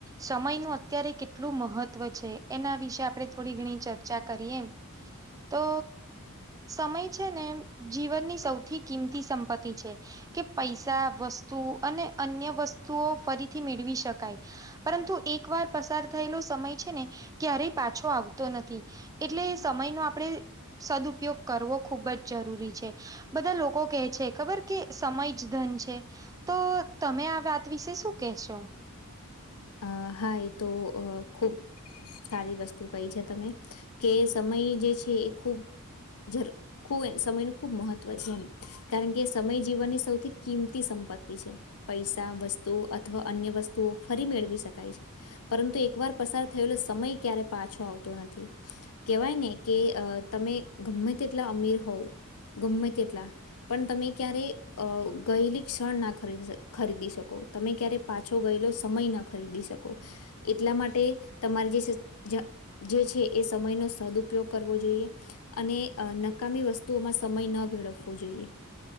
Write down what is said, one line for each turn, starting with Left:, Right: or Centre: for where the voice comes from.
Right: સમયનું અત્યારે કેટલું મહત્વ છે એના વિશે આપણે થોડી ઘણી ચર્ચા કરીએ એમ. તો સમય છે ને? જીવનની... તેથી કિંમતી સંપતિ છે. કે પૈસા વસ્તુ અને અન્ય વસ્તુઓ ફરીથી મેળવી શકાય. પરંતુ એક વાર પસાર થયેલો સમય છે ને ક્યારેય પાછો આવતો નથી. એટલે સમયનો આપણે સદપયોગ કરવો ખૂબ જ જરૂરી છે. બધા લોકો કેહે છે ખબર કે સમય જ ધન છે. તો તમે આ વાત વિશે શું કહેશો?
Left: અ હાય, તો અ ખૂબ... સારી વસ્તુ કહી છે તમે કે સમય જે છે એ ખૂબ જરૂ ખૂબ એ સમય ન ખૂબ મહત્વ છે. એમ કારણ કે સમય જીવનની સૌથી કિંમતી સંપત્તિ છે. પૈસા વસ્તુ અથવા અન્ય વસ્તુઓ ફરી મેળવી શકાય છે. પરંતુ એકવાર પસાર થયેલો સમય ક્યારે પાછો આવતો નથી. કેવાય ને કે તમે ગમે તેટલા અમીર હોવ ગમેમે તેટલા, પણ તમે ક્યારે અ ગયેલી ક્ષણના ખરી ખરીદી શકો તમે ક્યારે પાછો ગયેલો. સમય ન ખરીદી શકો એટલા માટે તમારે જે... જે છે એ સમય નો સદઉપયોગ કરવો જોઈએ. અને નકામી વસ્તુઓમાં સમય ન ભેળવવો જોઈએ.